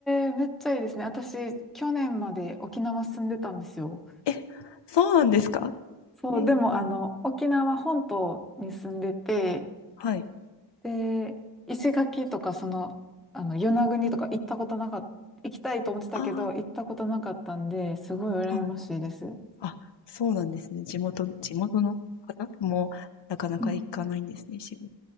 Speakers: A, in the centre; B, on the left.
A: えめっちゃいいですね。私、去年まで沖縄住んでたんですよ。
B: え、そうなんですか
A: そう、
B: え、
A: でも、あの、沖縄本島に住んでて、
B: はい。
A: で、石垣とか、その、あの、与那国とか行ったことなかった、行きたいと思ってたけど、
B: あ
A: 行ったことなかったんで、すごい羨ましいです。
B: あ、はい。あ、そうなんですね。地元地元の方もなかなか行かないんですね、
A: うん
B: 石垣。